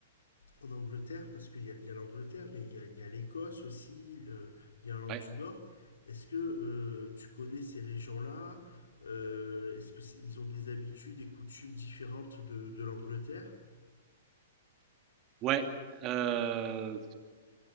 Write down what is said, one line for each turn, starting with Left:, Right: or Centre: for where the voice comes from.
Left: en Angleterre, parce qu'il y a, il y a l'Angleterre, mais il y a, il y a l'Écosse aussi, euh, l'Irlande
Right: Ouais.
Left: du Nord. Est-ce que euh, tu connais ces régions-là? Euh, est-ce que c'est- ils ont des habitudes et coutumes différentes de, de l'Angleterre?
Right: Ouais. euh,